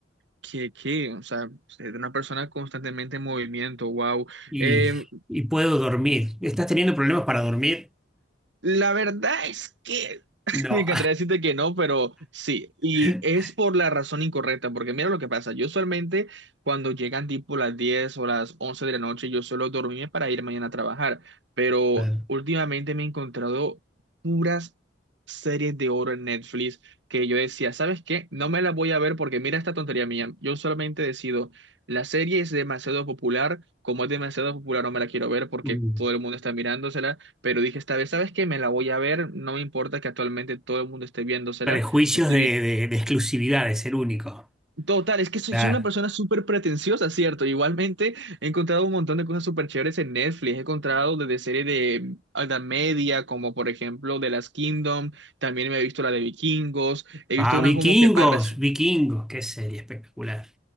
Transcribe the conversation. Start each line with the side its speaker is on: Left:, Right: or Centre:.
Right: Que, que, o sea, ser una persona constantemente en movimiento, wow.
Centre: Y,
Right: Eh,
Centre: y puedo dormir. ¿Estás teniendo problemas para dormir?
Right: La verdad es que <laughs>
Centre: No.
Right: me encantaría decirte que no, pero sí, y
Centre: <laughs>
Right: es por la razón incorrecta, porque mira lo que pasa, yo usualmente cuando llegan tipo las 10 o las 11 de la noche, yo suelo dormirme para ir mañana a trabajar, pero
Centre: Claro.
Right: últimamente me he encontrado puras series de oro en Netflix que yo decía, ¿sabes qué? No me las voy a ver porque mira esta tontería mía, yo solamente decido, la serie es demasiado popular, como es demasiado popular no me la quiero ver porque
Centre: Mm.
Right: todo el mundo está mirándosela pero dije esta vez, ¿sabes qué? Me la voy a ver, no me importa que actualmente todo el mundo esté viéndosela,
Centre: Prejuicios
Right: estoy
Centre: de,
Right: bien.
Centre: de- de exclusividad, de ser único.
Right: Total, es que soy,
Centre: Claro.
Right: soy una persona súper pretenciosa, ¿cierto? Igualmente he encontrado un montón de cosas súper chéveres en Netflix, he encontrado desde series de alta media, como por ejemplo The Last Kingdom, también me he visto la de Vikingos, he
Centre: Ah,
Right: visto una
Centre: vikingos,
Right: como que más reci-
Centre: vikingos, qué serie espectacular,